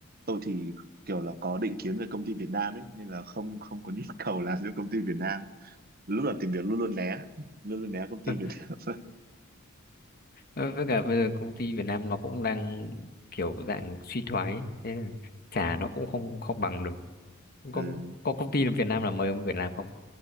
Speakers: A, on the right; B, on the left.
A: tôi thì kiểu là có định kiến về công ty Việt Nam ấy nên là không không có nhu cầu làm cho công ty Việt Nam. Lúc là tìm việc luôn luôn né, <laughs> luôn luôn né công ty
B: <laughs>
A: Việt Nam.
B: Ờ, với
A: <laughs>
B: cả bây giờ công ty Việt Nam nó cũng đang kiểu dạng suy thoái ấy. thế là trả nó cũng không không bằng được
A: ừ.
B: có, có công ty Việt Nam là mời ông Việt Nam không